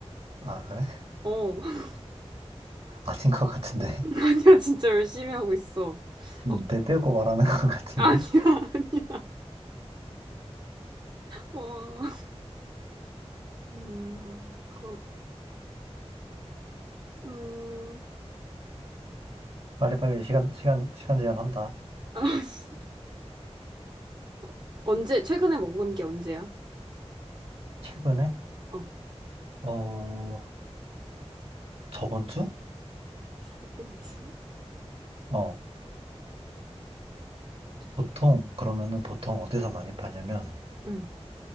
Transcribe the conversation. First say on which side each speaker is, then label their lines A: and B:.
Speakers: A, on the right; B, on the right.
A: 아, 그래? <laughs>
B: 어, <laughs>
A: 아닌 것 같은데. <laughs>
B: 아니야, 진짜 열심히 하고 있어.
A: 지금
B: 어,
A: 내빼고 말하는 것 같은데.
B: 아니야, <laughs> 아니야. 어, 음, 그렇, 음,
A: 빨리빨리 시간, 시간, 시간 제한한다.
B: <laughs> 아, 언제, 최근에 먹은 게 언제야?
A: 최근에?
B: 어,
A: 어, 저번 주?
B: 저번 주?
A: 어,
B: 되게.
A: 보통, 그러면은 보통 어디서 많이 파냐면,
B: 응,